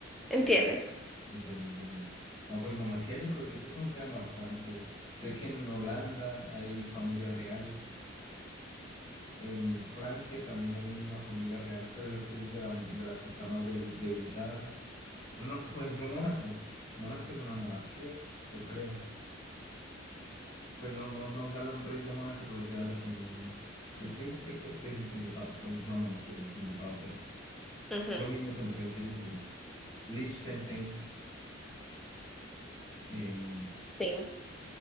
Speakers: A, in the centre; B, on the left.
A: ¿Entiendes?
B: ya, entiendo, entiendo. No, pues monarquía yo creo, yo creo que aún quedan bastantes. Sé que en Holanda hay familia real, En Francia también hay una familia real, pero esa sí es de, la- de las que está más debil- debilitada. Pero no, por ejemplo, Mónaco. Mónaco es una monarquía, yo creo. Pues no, no, no sale un rey de Mónaco, pero sí se habla como un... El príncipe, creo, sí es un principado. Pues no es una monarquía, es un principado, pero
A: Ujú.
B: lo mismo con diferentes títulos. Liechtenstein, eh,
A: Sí,